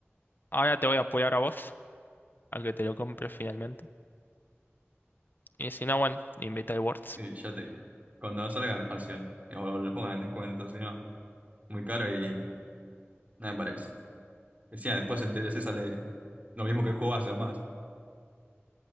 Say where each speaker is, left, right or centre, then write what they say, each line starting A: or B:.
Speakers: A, on the left; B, on the right.
A: ahora te voy a apoyar a vos, a que te lo compres finalmente. Y si no, bueno, invita al Words.
B: Y ya te digo, cuando salga la expansión, o lo pongan en descuento, si no, muy caro y nada me parece. Decía, después el DLC sale lo mismo que el juego base o más.